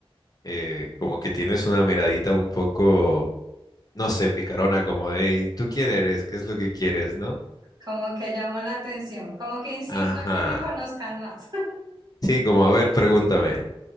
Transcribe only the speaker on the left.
eh, como que tienes una miradita un poco, no sé, picarona, como de, "Ey, ¿tú quién eres? ¿Qué es lo que quieres, no?
Ajá.
Sí, como a ver, pregúntame.